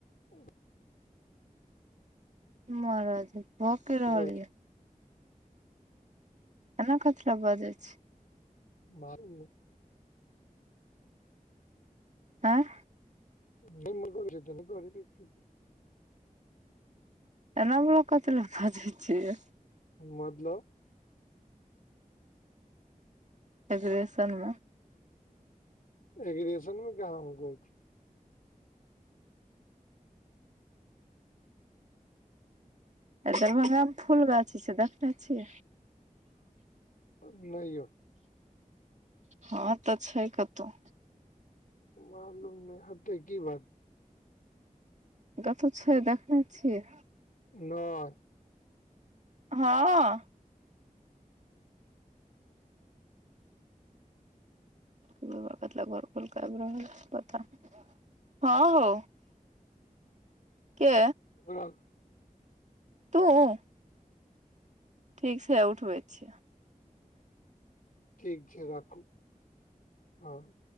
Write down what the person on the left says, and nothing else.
ओ
करै
छी
मालूम नै
निम घ छै कर <inaudible>
मतलब
एगगेशन मे कहाँ ह कुछ
अब नई यौ
मालूम नय हतै की बात
नओइ
खलहक
ठीक छै राखू हं